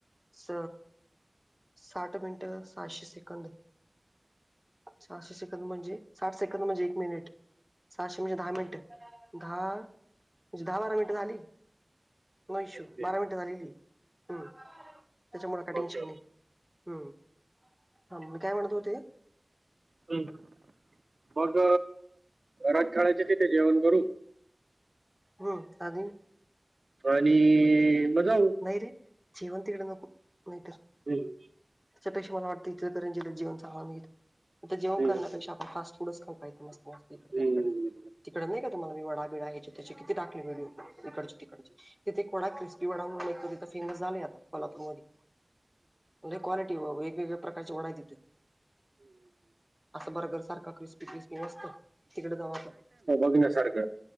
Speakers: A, in the centre; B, on the right (about 60°).
A: स साठ मिनिटं, सहाशे सेकंद. सहाशे सेकंद म्हणजे साठ सेकंद म्हणजे एक मिनिट. सहाशे म्हणजे दहा मिनिट, दहा म्हणजे दहा-बारा मिनिटं झाली. नो इश्यू,
B: ओके
A: बारा मिनिटं झालेली. हं.. त्याच्यामुळे काही टेंशन
B: ओके ओके
A: नाही. हम्म्. हा, मी काय म्हणत होते?
B: हम्म्. मग, रंकाळ्याच्या तिथे जेवण करू.
A: हम्म्.. आणि
B: आणि... मग जाऊ.
A: नाही रे. जेवण तिकडं नको, नाही तर
B: हम्म्.
A: त्याच्यापेक्षा मला वाटतं, इचलकरंजी ला जेवण चांगलं मिळतं. इथं जेवण
B: हं.
A: करण्यापेक्षा आपण फास्ट पूढंच काहीतरी खाऊ, मस्त-मस्त इकडचं-तिकडचं.
B: हं. हं. हं.
A: तिकडं नाही का, तुम्हाला मी वडा-बिडा ह्याचे-त्याचे ते टाकले व्हिडिओ, इकडचे तिकडचे. तिथे एक वडा, क्रिस्पी वडा पाणी-पूरीचं फेमस झालंय, आता कोल्हापूर मध्ये. लई क्वालिटी आहे बाबा, वेगवेगळ्या प्रकारचे वडे आहेत तिथे. असा बर्गर सारखा क्रिस्पी-क्रिस्पी मस्त, तिकडं जाऊ आपण.
B: विन्या सारखं.